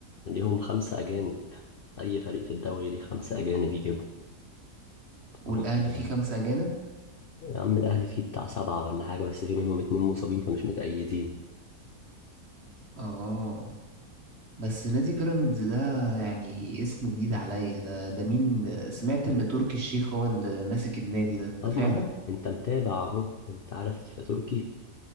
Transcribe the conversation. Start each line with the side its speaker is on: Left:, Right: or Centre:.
Left: ليهم خمسة أجانب أي فريق في الدوري ليه خمسة أجانب يجيبهم
Right: والاهلي
Left: هم
Right: فيه خمسه اجانب
Left: يا عم الأهلي فيه بتاع سبعة ولا حاجة بس في منهم اتنين مصابين فمش متأيدين
Right: اه بس نادي بيراميدز ده يعني اسم جديد عليا ده ده مين سمعت ان تركي الشيخ هو اللي ماسك النادي ده ده
Left: أضمن
Right: فعلا
Left: أنت متابع أهو أنت عارف تركي